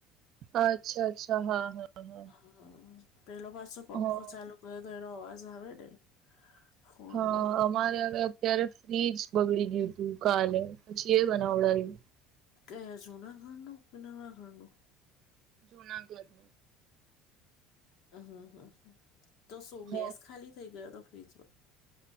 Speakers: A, on the right; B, on the left.
A: અચ્છા અચ્છા હા હા હા.
B: હ પેલો પાછો પંખો
A: હા
B: ચાલુ કર્યો તો એનો અવાજ આવે ને. ફોનમાં
A: હા. અરે હવે અત્યારે ફ્રીજ બગડી ગયું તું કાલે પછી એ બનાવડાવું.
B: કેયા જૂના ઘરનું કે નવા ઘરનું.
A: જુના ઘરનું.
B: મ હમ્મ હમ્મ હમ તો શું
A: હ
B: ગેસ ખાલી થઈ ગયો હતો ફ્રીજમાં.